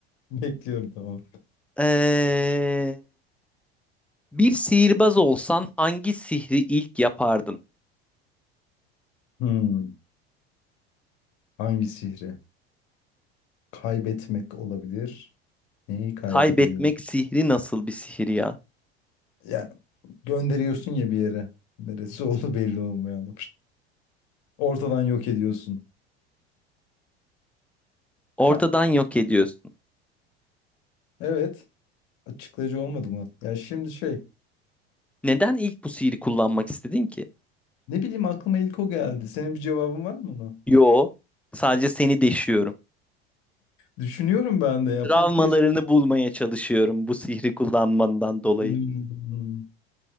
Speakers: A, on the left (about 60°); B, in the centre.
A: bekliyorum tamam.
B: Ee, Bir sihirbaz olsan hangi sihri ilk yapardın?
A: Hmm. Hangi sihri? Kaybetmek olabilir. Neyi kaybedebilirim?
B: Kaybetmek sihri nasıl bir sihir ya?
A: Yani gönderiyorsun ya bir yere. Neresi oldu belli olmayan. Ortadan yok ediyorsun.
B: Ortadan
A: Ka-
B: yok ediyorsun.
A: evet. Açıklayıcı olmadı mı? Ya şimdi şey.
B: Neden ilk bu sihri kullanmak istedin ki?
A: Ne bileyim aklıma ilk o geldi. Senin bir cevabın var mı ona?
B: Yo, sadece seni deşiyorum.
A: Düşünüyorum ben de ya.
B: Travmalarını
A: Pat diye...
B: bulmaya çalışıyorum bu sihri kullanmandan dolayı.
A: Hmm,